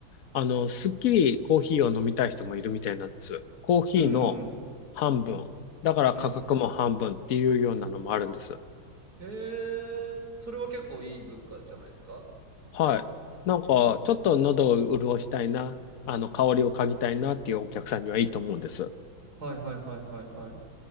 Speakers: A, on the left (about 55°); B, on the right (about 50°).
A: あの、すっきりコーヒーを飲みたい人もいるみたいなんです。コーヒーの
B: うんうん。
A: 半分。だから価格も半分っていうようなのもあるんです。
B: うんへえ、それは結構いい文化じゃないですか
A: はい。なんか、
B: うん。
A: ちょっと喉を潤したいな、あの、香りを嗅ぎたいなっていうお客さんにはいいと思うんです。
B: はいはいはいはいはい。